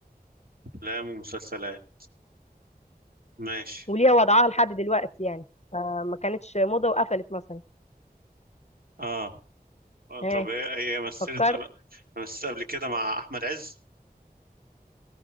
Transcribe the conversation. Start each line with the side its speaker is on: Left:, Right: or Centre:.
Right: أفلام ومسلسلات ماشي
Left: وليها وضعها لحد دلوقتي يعني آه ما كانتش موضة وقفلت مثلا
Right: اه آه،
Left: ها
Right: طب هي هي مثلت
Left: فكرت
Right: مثلت قبل كده مع أحمد عز